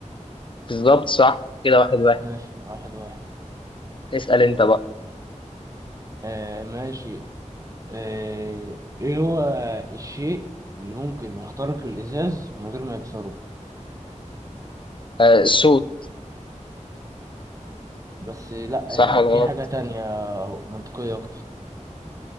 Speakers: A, on the left; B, on the right.
A: بالظبط صح كده واحد واحد
B: ماشي واحد واحد
A: اسال انت بقى
B: آه ماشي آه، ايه هو الشيء اللي ممكن يخترق الازاز من غير ما يكسره
A: آه الصوت
B: بس لا
A: صح
B: هي
A: ولا غلط
B: في حاجة تانية منطقية اكتر